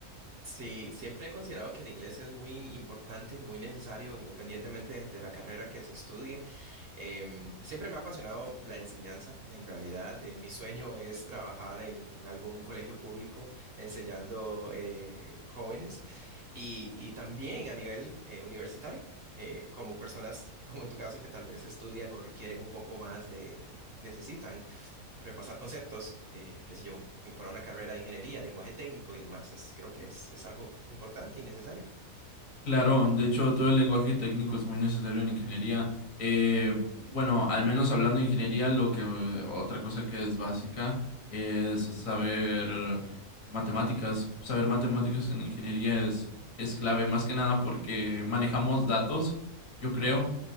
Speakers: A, on the right; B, on the left.
A: Sí, siempre he considerado que el inglés es muy importante, muy necesario, independientemente de la carrera que se estudie. Em, siempre me ha apasionado la enseñanza, en realidad. eh, mi sueño es trabajar en, en algún colegio público enseñando eh, jóvenes y, y también a nivel eh, universitario, eh, como personas <laughs> como en tu caso que tal vez estudian o requieren un poco más de, necesitan repasar conceptos de, qué sé yo, eh, para una carrera de ingeniería, lenguaje técnico y demás. Es, creo que es, es algo importante y necesario.
B: Claro, de hecho todo el lenguaje técnico es muy necesario en ingeniería. Eh, bueno, al menos hablando de ingeniería, lo que eh, otra cosa que es básica es saber matemáticas. Saber matemáticas en ingeniería es, es clave, más que nada porque manejamos datos, yo creo
A: Claro,